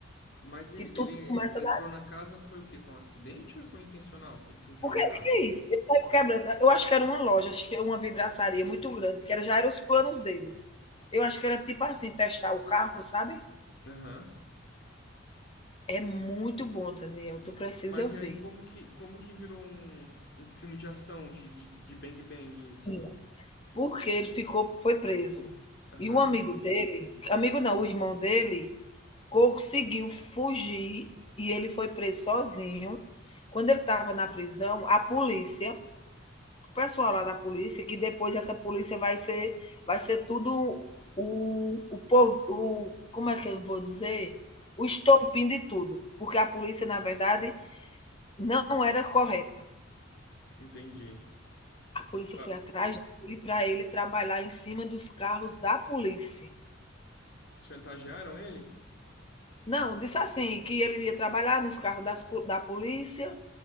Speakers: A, on the left; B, on the left.
A: Mas ele,
B: Que
A: ele
B: tudo começa
A: entrou na casa, foi o quê? Foi um acidente ou foi intencional que ele se enfiou
B: Porque
A: na casa?
B: O que é isso? Ele saiu quebrando. Eu acho que era uma loja, uma vidraçaria muito grande, que era, já eram os planos dele. Eu acho que era tipo assim, testar o carro, sabe?
A: Aham.
B: É muito bom, Daniel. Tu precisa
A: Mas
B: ver.
A: e aí, como que, como que virou um, um filme de ação, de, de, de Bang Bang isso?
B: Sim. Porque ele ficou, foi preso.
A: Aham,
B: E o amigo dele, amigo não, o irmão dele, conseguiu fugir e ele foi preso sozinho. Quando ele estava na prisão, a polícia o pessoal lá da polícia, que depois essa polícia vai ser, vai ser tudo o, o povo, o, como é que eu vou dizer? O estopim de tudo, porque a polícia, na verdade, não era correta.
A: entendi.
B: A polícia
A: Tá.
B: foi atrás dele para ele trabalhar em cima dos carros da polícia.
A: Chantagearam ele?
B: Não, disse assim, que ele ia trabalhar nos carros das po- da polícia,